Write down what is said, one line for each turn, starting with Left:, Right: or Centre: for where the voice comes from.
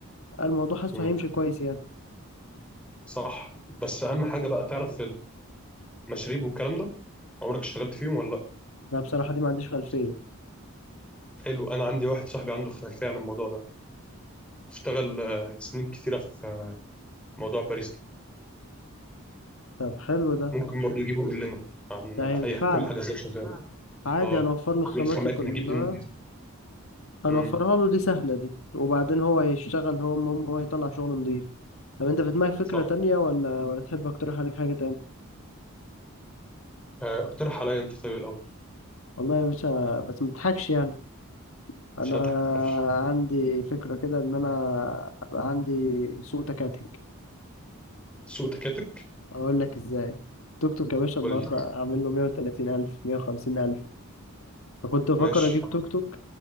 Left: الموضوع حاسه
Centre: مم.
Left: هيمشي كويس يعني
Centre: صح بس اهم حاجه بقى تعرف المشاريب والكلام ده عمرك اشتغلت فيهم ولا
Left: لا بصراحه دي ما عنديش خلفيه
Centre: لا حلو انا عندي واحد صاحبي عنده خلفيه عن الموضوع ده اشتغل آه، سنين كتيره في آه، موضوع باريستا
Left: طب حلو ده
Centre: ممكن برضو يجيبه يقول لنا عن
Left: ده
Centre: اي
Left: هينفعنا
Centre: كل حاجه ازاي شغاله
Left: عادي
Centre: اه
Left: هنوفر له الخامات
Centre: والخامات
Left: كلها
Centre: نجيب ان
Left: هنوفرها
Centre: امم
Left: له دي سهله دي وبعدين هو يشتغل هو المهم هو يطلع شغل نضيف طب انت في دماغك فكره
Centre: صح
Left: تانية ولا ولا تحب اقترح عليك حاجه تانية
Centre: آه، اقترح عليا انت طيب الاول
Left: والله يا باشا بس متضحكش يعني انا
Centre: مش هضحك ما تخافش
Left: عندي فكرة كده ان انا ابقى عندي سوق تكاتك
Centre: سوق تكاتك
Left: اقول لك ازاي توك توك يا باشا النهارده
Centre: قول لي
Left: اعمل له 130 الف 150 الف فكنت بفكر
Centre: ماشي
Left: اجيب توك توك